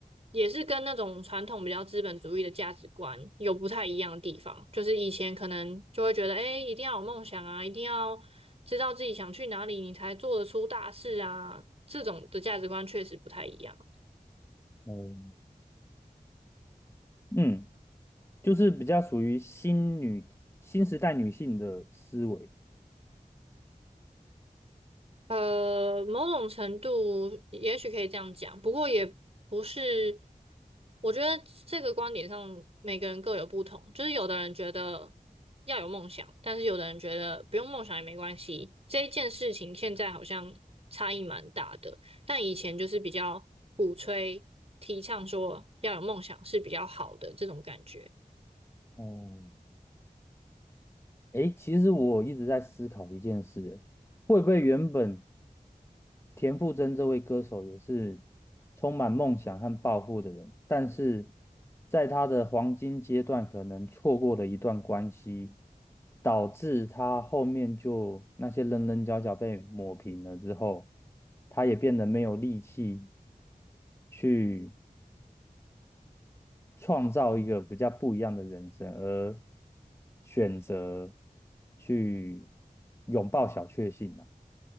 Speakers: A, on the right; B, on the left.
A: 也是跟那种传统比较资本主义的价值观有不太一样的地方。就是以前可能就会觉得，哎，一定要有梦想啊，一定要知道自己想去哪里，你才做得出大事啊。这种的价值观确实不太一样。
B: 哦，嗯，就是比较属于新女新时代女性的思维。
A: 呃，某种程度也许可以这样讲，不过也不是。我觉得这个观点上，每个人各有不同。就是有的人觉得要有梦想，但是有的人觉得不用梦想也没关系。这一件事情现在好像差异蛮大的，但以前就是比较鼓吹、提倡说要有梦想是比较好的这种感觉。
B: 哦，诶，其实我一直在思考一件事，诶会不会原本田馥甄这位歌手也是充满梦想和抱负的人，但是在他的黄金阶段，可能错过了一段关系，导致他后面就那些棱棱角角被抹平了之后，他也变得没有力气去创造一个比较不一样的人生，而选择去拥抱小确幸啊。